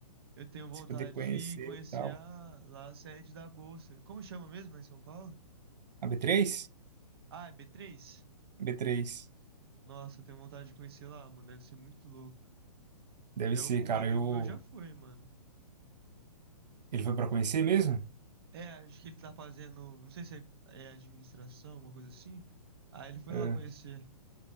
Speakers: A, on the right; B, on the right.
A: Eu tenho vontade
B: Se poder conhecer
A: de ir conhecer
B: e tal.
A: a, lá a sede da Bolsa. Como chama mesmo, lá em São Paulo?
B: A b três,
A: Ah, é b três,
B: A b três,
A: Nossa, eu tenho vontade de conhecer lá, mano. Deve ser muito louco.
B: Deve
A: É,
B: ser,
A: um,
B: cara,
A: um amigo
B: eu...
A: meu já foi, mano.
B: Ele foi pra conhecer mesmo?
A: É, acho que ele tá fazendo. Não sei se é, é administração, alguma coisa assim. Aí ele foi
B: É.
A: lá conhecer.